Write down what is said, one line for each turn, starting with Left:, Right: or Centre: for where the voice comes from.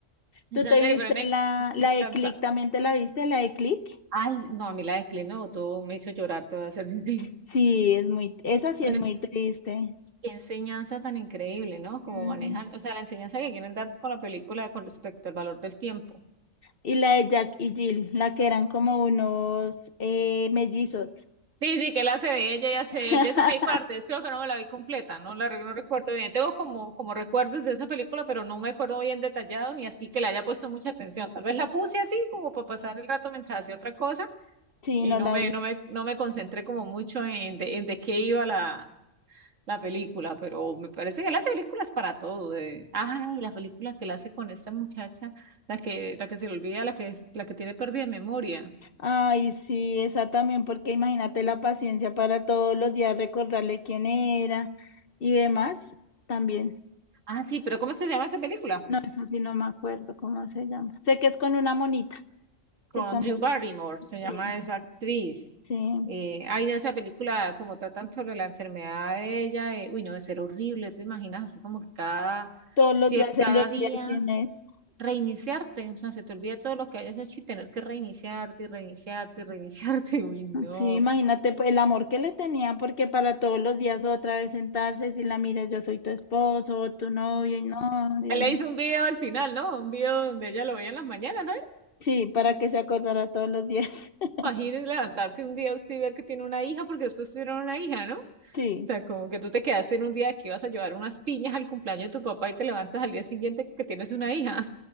Right: esa
Left: ¿Tú te
Right: serie,
Left: viste
Right: pero me,
Left: la, la
Right: me encanta.
Left: de Click? ¿También te la viste, la de Click?
Right: Ay, no, a mí la de Clint me botó, me hizo llorar, te voy a ser sincera. <laughs>
Left: Sí, es muy, esa sí
Right: Con
Left: es
Right: el-
Left: muy triste.
Right: qué enseñanza tan increíble, ¿no? Como
Left: Mm,
Right: manejan, o sea, la enseñanza que quieren dar con la película con respecto al valor del tiempo
Left: Y la de Jack y Jill, la que eran como unos eh, mellizos.
Right: Sí, sí, que él hace de ella y hace
Left: <laughs>
Right: de él. De esa me di partes, creo que no me la vi completa, no la re- no recuerdo bien. Tengo como, como recuerdos de esa película, pero no me acuerdo bien detallado ni así que le haya puesto mucha atención. Tal vez la puse así como para pasar el rato mientras hacía otra cosa
Left: Sí,
Right: y
Left: no
Right: no
Left: la
Right: me,
Left: vi.
Right: no me, no me concentré como mucho en de, en de qué iba la, la película, pero me parece que él hace películas para todo. eh. Ay, la película que él hace con esta muchacha, la que, la que se le olvida, la que, es, la que tiene pérdida de memoria.
Left: Ay, sí, esa también, porque imagínate la paciencia para todos los días recordarle quién era y demás también.
Right: Ah, sí, pero ¿cómo es que se llama esa película?
Left: No, esa sí no me acuerdo cómo se llama. Sé que es con una monita.
Right: con
Left: que también,
Right: Drew Barrymore, se llama
Left: sí,
Right: esa actriz.
Left: sí,
Right: Eh, hay de esa película, como tratan sobre la enfermedad de ella, eh, uy, no, de ser horrible, te imaginas así como que cada,
Left: todos
Right: cier-
Left: los días se
Right: cada
Left: le olvida
Right: día
Left: quién es.
Right: reiniciarte, o sea, se te olvida todo lo que hayas hecho y tener que reiniciarte y reiniciarte y reiniciarte, <laughs> uy, no.
Left: Sí, imagínate pues, el amor que le tenía, porque para todos los días otra vez sentarse, si la miras, yo soy tu esposo, tu novio, y no, Dios
Right: Él le
Left: mío.
Right: hizo un video al final, ¿no? Un video donde ella lo veía en las mañanas, ¿no?
Left: Sí, para que se acordara todos los días. <laughs>
Right: Imagínense levantarse un día usted y ver que tiene una hija, porque después tuvieron una hija, ¿no?
Left: Sí,
Right: sea, como que tú te quedaste en un día que ibas a llevar unas piñas al cumpleaños de tu papá y te levantas al día siguiente que tienes una hija,